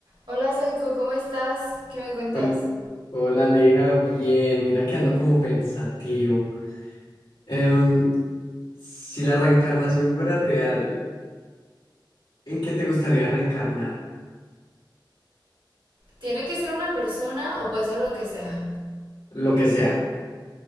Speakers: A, on the right; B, on the left.
A: Hola Saiko, ¿cómo estás? ¿Qué me cuentas?
B: Hol- Hola Aleja, bien, mira que ando como pensativo. Em, si la reencarnación fuera real, ¿en qué te gustaría reencarnar?
A: ¿Tiene que ser una persona o puede ser lo que sea?
B: Lo que sea.